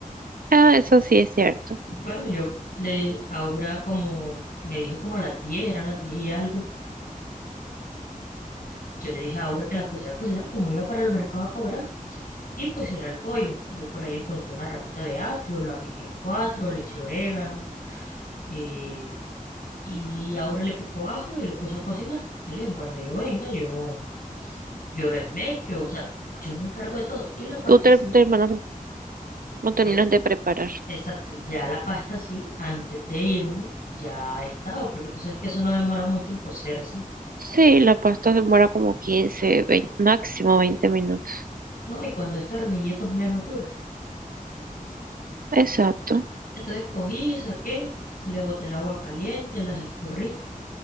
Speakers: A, on the right; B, on the left.
A: Ah, eso sí es cierto.
B: Bueno, yo le, Aura como me dijo como a las diez eran las 10 y algo, Yo le dije a Aura que las pusiera a cocinar como iba para el mercado a cobrar y pusiera el pollo. Yo por ahí encontré una ramita de apio, la piqué en cuatro, le eché orégano eh, y Aura le picó ajo y lo puso a cocinar. Yo le dije, cuando yo venga, yo, yo les mecho, o sea, yo me encargo de todo. Y la pasta
A: Tú te,
B: sí,
A: terminas, no terminas
B: es,
A: de preparar.
B: exacto, ya la pasta sí, antes de irme, ya estaba, porque tú sabes que eso no demora mucho en cocerse,
A: Sí, la pasta demora como 15 20 máximo 20 minutos.
B: ¿no? Y cuando es tornilletos menos dura.
A: Exacto.
B: Entonces cogí, saqué, le boté el agua caliente, las escurrí